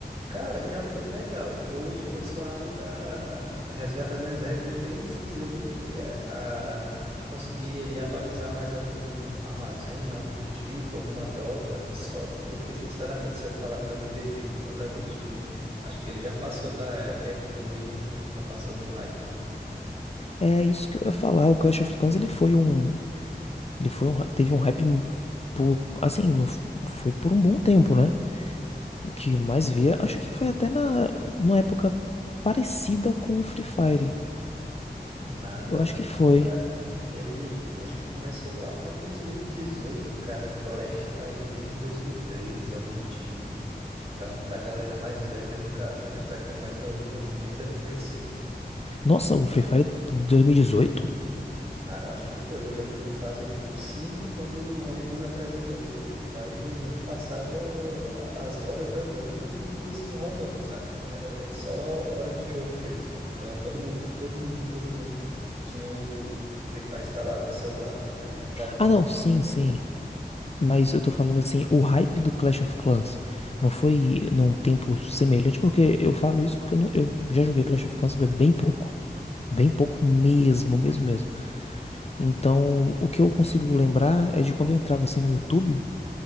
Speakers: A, on the right (about 35°); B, on the left (about 40°).
A: Cara, já foi legal. Hoje eu só abro para resgatar minhas recompensas ali eh, a- e conseguir aí atualizar mais algum armazém, algo do tipo, alguma tropa e só. Porque, sinceramente, se eu falar que eu me dedico, eu vou estar mentindo. Acho que ele já passou da época dele, né? Já passou do hype.
B: é isso que eu ia falar. O Clash of Clans, ele foi um, ele foi um, teve um hype por, assim, não f- foi por um bom tempo, né? O que eu mais via, acho que foi até na, numa época parecida com o Free Fire.
A: Nada,
B: Eu acho
A: o
B: que foi.
A: Free Fire, ele acho que começou lá para 2018, cara. O Clash tá aí desde 2013, algo do tipo. Então, pra galera mais velha, no caso, né? Pra quem é mais novinho, acho que nem deve conhecer.
B: Nossa, o Free Fire de 2018?
A: Cara, eu acho que foi. Eu lembro que eu fazia um cursinho quando um amigo me apresentou e o Free Fire e a gente passava a- as horas jogando e o cursinho rolando, sabe? Era só hora de jogo mesmo. Então todo mundo, todo mundo, todo mundo tinha o Free Fire instalado no celular. Aí juntava os
B: Ah,
A: grupos
B: não, sim,
A: pra jogar.
B: sim. Mas eu tô falando assim, o hype do Clash of Clans não foi num tempo semelhante, porque eu falo isso porque eu, não- eu já joguei Clash of Clans bem pouco. Bem pouco mesmo, mesmo, mesmo. Então, o que eu consigo lembrar é de quando eu entrava assim no YouTube